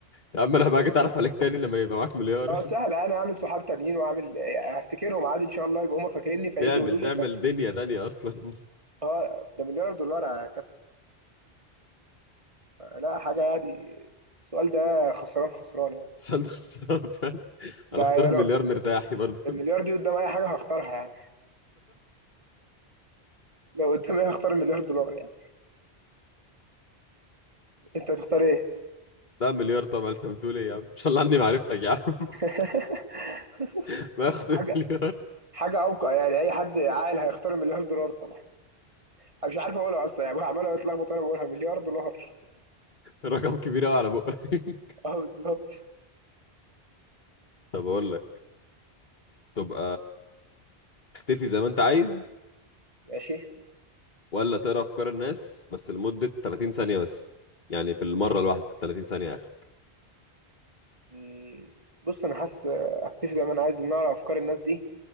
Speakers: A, on the left (about 45°); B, on the right (about 30°).
A: يا عم انا بقى اتعرف عليك تاني لما يبقى معاك مليار
B: اه سهل انا هعمل صحاب تانيين واعمل يعني هفتكرهم عادي ان شاء الله يبقوا هم فاكريني فيجي
A: هتعمل
B: يقولوا لي
A: تعمل
B: فافتكر
A: دنيا تانية اصلا <laughs>
B: اه ده مليار دولار يا كابتن لا حاجه عادي السؤال ده خسران خسران يعني
A: بس انا خسران فاهم؟
B: ده
A: انا اختار
B: يا
A: المليار
B: لو
A: مرتاحي برضه
B: المليار دي قدام اي حاجه هختارها يعني لو قدامي هختار المليار دولار يعني انت هتختار ايه
A: لا مليار طبعا انت بتقول ايه يا عم ان شاء الله عني معرفتك يا عم
B: <laughs>
A: <laughs> باخد
B: حاجه
A: المليار
B: حاجه اوقع يعني اي حد عاقل هيختار مليار دولار طبعا انا مش عارف اقولها اصلا يعني عمال اتلخبط وانا بقولها مليار دولار
A: رقم كبير قوي على بقى <laughs>
B: <laughs> اه بالظبط
A: طب اقول لك تبقى تختفي زي ما انت عايز
B: ماشي
A: ولا تقرا افكار الناس بس لمدة 30 ثانية بس يعني في المرة الواحدة 30 ثانية اخرك
B: مم، بص انا حاسس اختفي زي ما انا عايز ان اقرا افكار الناس دي